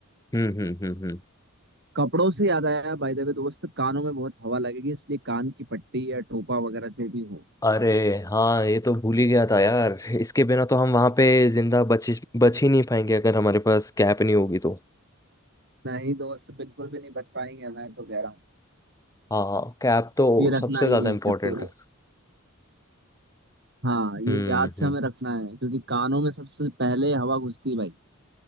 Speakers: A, on the left (about 15°); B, on the right (about 55°).
A: हम्म हम्म हम्म हम्म
B: कपड़ों से याद आया बाय द वे दोस्त कानों में बहुत हवा लगेगी इसलिए कान की पट्टी या टोपा वगैरह जो भी हो
A: अरे हाँ ये तो भूल ही गया था यार इसके बिना तो हम वहाँ पे जिंदा बच बच ही नहीं पाएंगे अगर हमारे पास कैप नहीं होगी तो
B: नहीं दोस्त बिल्कुल भी नहीं बच पाएंगे मैं तो कह रहा हूँ
A: हाँ कैप तो
B: ये रखना
A: सबसे
B: ही
A: ज़्यादा
B: है
A: इम्पोर्टेंट
B: तो
A: है
B: हाँ ये
A: हम्म
B: याद से
A: हम्म
B: हमें रखना है क्योंकि कानों में सबसे पहले हवा घुसती है भाई